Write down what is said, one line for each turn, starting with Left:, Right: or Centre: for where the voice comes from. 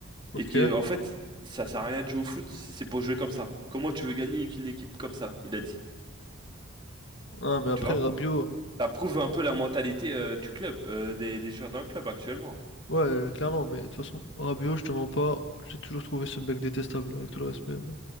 Left: Ok.
Right: Et qui, en fait, ça sert à rien de jouer au foot si c'est pour jouer comme ça. Comment tu veux gagner avec une équipe comme ça? Il a dit.
Left: Ah mais après
Right: Tu vois?
Left: Rabiot,
Right: Ça prouve un peu la mentalité euh, du club, euh, des, des joueurs d'un club actuellement.
Left: ouais clairement, mais de toute façon Rabiot je te mens pas, j'ai toujours trouvé ce mec détestable avec tout le respect. mais